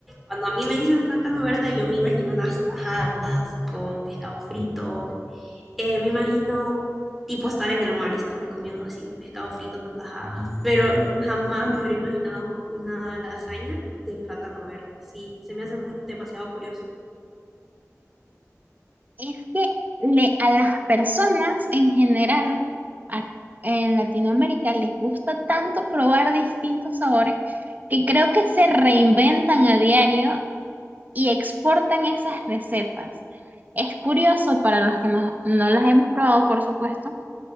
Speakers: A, in the centre; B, on the right (about 30°).
A: Cuando a mí me dicen plátano verde, yo me imagino unas tajadas con pescado frito eh, me imagino tipo estar en el mar y estarme comiendo así un pescado frito con tajadas, pero jamás me hubiera imaginado una lasaña de plátano verde. Sí, se me hace mu- demasiado curioso.
B: Es que le, a las personas en general a- en Latinoamérica les gusta tanto probar distintos sabores que creo que se reinventan a diario y exportan esas recetas. Es curioso para los que no, no las hemos probado, por supuesto